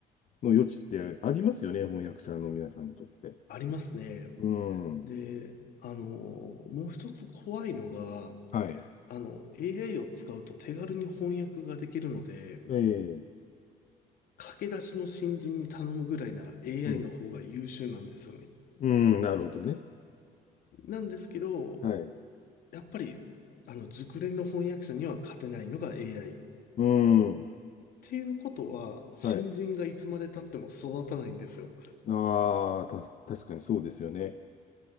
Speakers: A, on the left (about 45°); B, on the left (about 60°).
A: の余地ってありますよね、翻訳者の皆さんにとって。
B: ありますね。
A: うん。
B: で、あの、もう一つ怖いのが、
A: はい。
B: あの、AI を使うと手軽に翻訳ができるので、
A: ええ。
B: 駆け出しの新人に頼むぐらいなら AI
A: うん。
B: の方が優秀なんですよね。
A: うん、なるほどね。
B: なんですけど、
A: はい。
B: やっぱり、あの、熟練の翻訳者には勝てないのが AI。っ
A: うん。
B: ていうことは、新人がいつまで経っても育たないんですよ。
A: はい。ああ、た、確かにそうですよね。